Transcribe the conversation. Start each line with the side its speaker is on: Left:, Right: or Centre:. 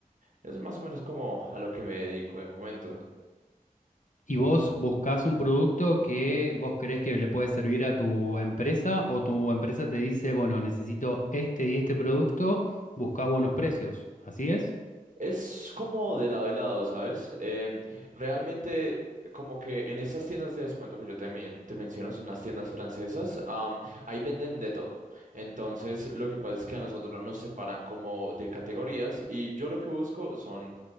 Right: Es más o menos como a lo que me dedico de momento.
Left: ¿Y vos buscás un producto que vos crees que le puede servir a tu empresa o tu empresa te dice, bueno, necesito este y este producto, busca buenos precios? ¿Así es?
Right: Es como de lado y lado, ¿sabes? Em, realmente, como que en estas tiendas de descuento que yo te, mien- te menciono, son unas tiendas francesas, am, ahí venden de todo. Entonces, lo que pasa es que a nosotros nos separan como de categorías y yo lo que busco son